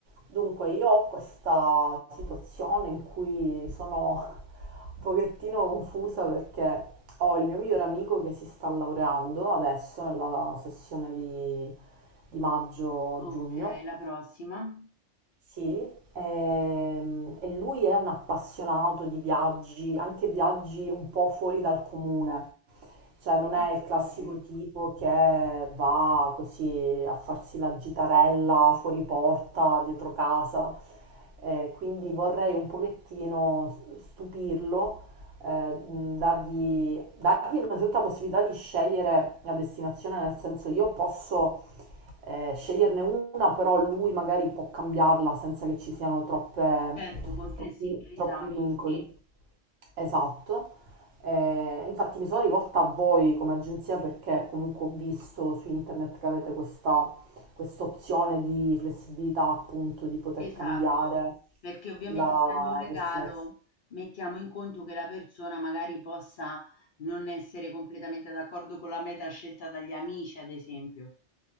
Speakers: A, on the right; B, on the left.
A: Dunque, io ho questa situazione in cui sono un pochettino confusa perché ho il mio migliore amico che si sta laureando adesso nella sessione di, di maggio-giugno,
B: Okay, la prossima.
A: sì, ehm, e lui è un appassionato di viaggi, anche viaggi un po' fuori dal comune cioè non è
B: Okay.
A: il classico tipo che va così a farsi la gitarella fuori porta, dietro casa, Eh, quindi vorrei un pochettino stupirlo, eh, mh, dargli, dargli innanzitutto la possibilità di scegliere la destinazione, nel senso io posso eh, sceglierne una, però lui magari può cambiarla senza che ci siano troppe-
B: Certo, con flessibilità,
A: troppi troppi vincoli.
B: sì,
A: Esatto. Eh, infatti mi sono rivolta a voi come agenzia perché comunque ho visto su internet che avete questa, questa opzione di flessibilità appunto di poter
B: esatto.
A: cambiare
B: Perché ovviamente
A: la
B: essendo un regalo,
A: destinazione.
B: mettiamo in conto che la persona magari possa non essere completamente d'accordo con la meta scelta dagli amici, ad esempio.